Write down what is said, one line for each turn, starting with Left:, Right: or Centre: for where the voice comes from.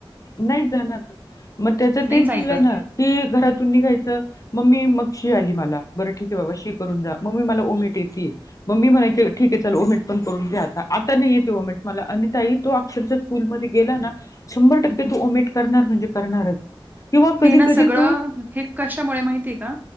Left: नाही जाणार तो मग त्याच
Right: नाहीच
Left: तेच
Right: ऐकत.
Left: झालं ना कि घरातून निघायचं. मम्मी मग शी आली मला बरं ठीक आहे बाबा शी करून जा मम्मी मला उमेट येते. मम्मी म्हणायचे ठीक आहे चल ओमेट पण करून घ्या आता आता नाही येते ओमिट मला आणि ताई तो अक्षरशा. स्कूलमध्ये गेला ना शंभर टक्के
Right: हं, हं.
Left: तू ओमेट करणार म्हणजे करणारच. किंवा कधी
Right: हे ना
Left: कधी
Right: सगळं
Left: तो
Right: हे कशामुळे माहितीय का